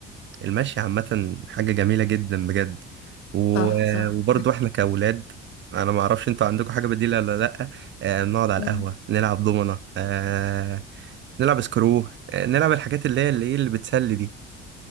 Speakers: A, on the right; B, on the left.
A: المشي عامة حاجة جميلة جدا بجد و...
B: صح
A: مم.
B: صح
A: وبرضو احنا كأولاد انا ما اعرفش انتوا عندكم حاجة بديلة ولا لأ آه نقعد على
B: يعني
A: القهوة نلعب دومنة آه نلعب سكرو آه نلعب الحاجات اللي هي اللي, إيه اللي بتسلي دي